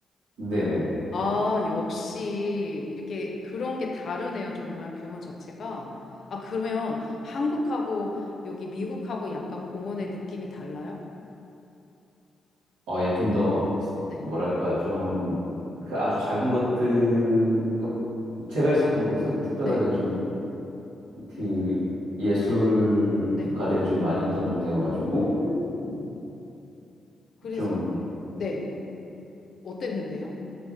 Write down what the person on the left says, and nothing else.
아, 역시 이렇게 그런 게 다르네요. 정말 규모 자체가. 아, 그러면 한국하고 여기 미국하고 약간 공원의 느낌이 달라요?
네.
네.
네.
음. 그래서
네. 어땠는데요?